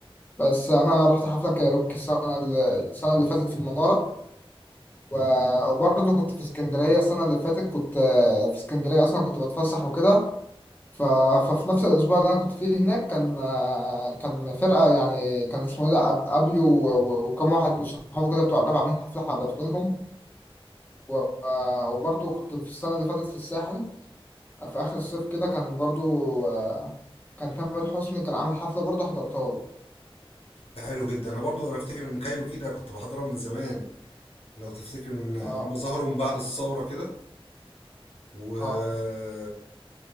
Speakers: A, on the left; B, on the left.
A: بس أنا رحت حفلة كايروكي السنة اللي السنة اللي فاتت في المنارة و- وبرضه كنت في اسكندرية السنة اللي فاتت كنت آه، في اسكندرية أصلا كنت بتفسح وكده ف... ففي نفس الأسبوع اللي أنا كنت فيه هناك كان آه، كان فرقة يعني كان اسمه إيه ده أب... أبيو و... و... وكم واحد من صحابه كده بتوع الراب عاملين حفلة حضرت لهم و... آه، وبرضه كنت في السنة اللي فاتت في الساحل في آخر الصيف كده كان برضه آه، كان تامر حسني كان عامل حفلة برضه حضرتها له
B: ده حلو جدا انا برضو انا افتكر ان كايرو كده كنت بحضرها من زمان لو تفتكر ان هم
A: اه
B: ظهروا من بعد الثورة كده و
A: اه